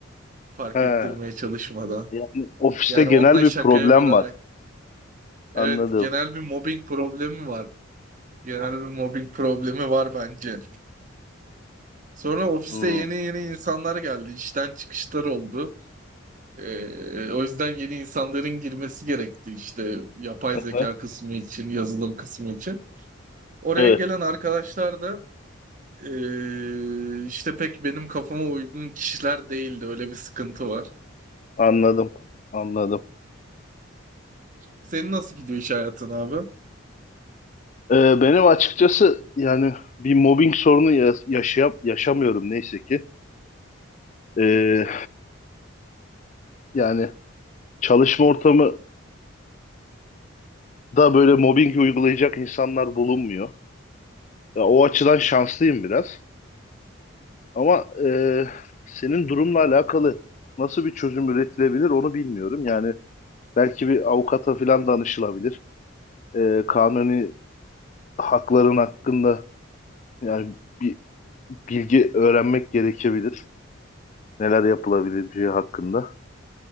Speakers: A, on the right; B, on the left.
A: Fark
B: He.
A: ettirmeye çalışmadan.
B: Yani ofiste
A: Yani
B: genel
A: onunla
B: bir
A: şakaya
B: problem
A: vurarak.
B: var.
A: Evet,
B: Anladım.
A: genel bir mobbing problemi var. Genel bir mobbing problemi var bence. Sonra ofiste
B: Hmm.
A: yeni yeni insanlar geldi. İşten çıkışlar oldu. Ee, o yüzden yeni insanların girmesi gerekti işte yapay
B: Aha.
A: zeka kısmı için, yazılım kısmı için. Oraya
B: Evet.
A: gelen arkadaşlar da ee, işte pek benim kafama uygun kişiler değildi. Öyle bir sıkıntı var.
B: Anladım. Anladım.
A: Senin nasıl gidiyor iş hayatın abi?
B: E, benim açıkçası yani bir mobbing sorunu ya- yaşayam yaşamıyorum neyse ki. E, yani çalışma ortamında böyle mobbing uygulayacak insanlar bulunmuyor. Ya, o açıdan şanslıyım biraz. Ama e, senin durumla alakalı nasıl bir çözüm üretilebilir onu bilmiyorum. Yani belki bir avukata falan danışılabilir. E, kanuni hakların hakkında yani bir bilgi öğrenmek gerekebilir. Neler yapılabileceği hakkında.